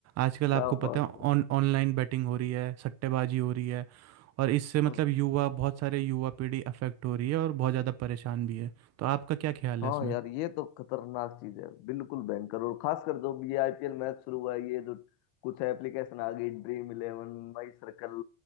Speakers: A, on the right; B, on the left.
A: आजकल
B: क्या
A: आपको
B: बात
A: पता है
B: है
A: ऑन ऑनलाइन बेटिंग हो रही है सट्टेबाजी हो रही है और इससे मतलब
B: और
A: युवा बहुत सारे युवा पीढ़ी अफेक्ट हो रही है और बहुत ज़्यादा परेशान भी है तो आपका क्या ख्याल
B: हाँ
A: है इसमें
B: यार ये तो खतरनाक चीज है बिल्कुल भयंकर और खासकर जब ये आईपीएल मैच शुरू हुआ है, ये जो कुछ एप्लीकेशन आ गई dream eleven my circle